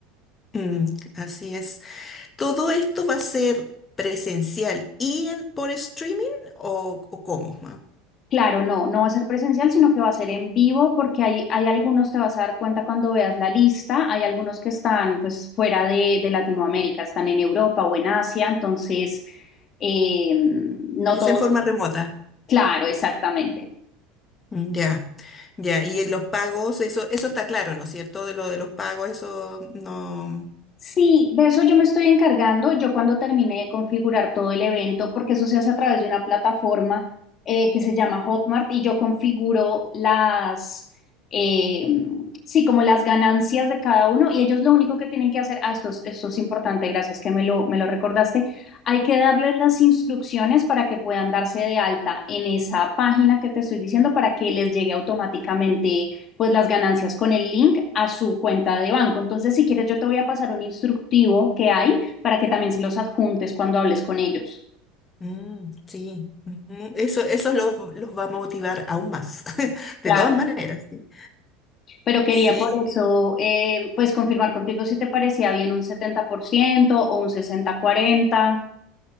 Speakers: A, on the left; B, on the left.
A: Mm, así es. ¿Todo esto va a ser presencial y en- por streaming o, o cómo? ma?
B: Claro, no, no va a ser presencial, sino que va a ser en vivo porque hay, hay algunos, te vas a dar cuenta cuando veas la lista, hay algunos que están pues fuera de, de Latinoamérica, están en Europa o en Asia, entonces eh, no
A: ¿Es
B: todo,
A: en forma remota?
B: claro, exactamente.
A: Mm, Ya, ya. Y en los pagos, eso, eso está claro, ¿no es cierto? De lo de los pagos, eso no.
B: Sí, de eso yo me estoy encargando. Yo cuando terminé de configurar todo el evento, porque eso se hace a través de una plataforma eh, que se llama Hotmart y yo configuro las, eh, sí, como las ganancias de cada uno y ellos lo único que tienen que hacer, ah, esto, es- esto es importante, gracias que me lo, me lo recordaste, hay que darles las instrucciones para que puedan darse de alta en esa página que te estoy diciendo para que les llegue automáticamente pues las ganancias con el link a su cuenta de banco. Entonces, si quieres, yo te voy a pasar un instructivo que hay para que también se los adjuntes cuando hables con ellos.
A: Mm, sí, ujú. Eso, eso los, los va a motivar aún más, <laughs>
B: Claro,
A: de todas maneras. Sí.
B: pero quería
A: Sí.
B: por eso, eh, pues confirmar contigo si te parecía bien un 70% o un sesenta cuarenta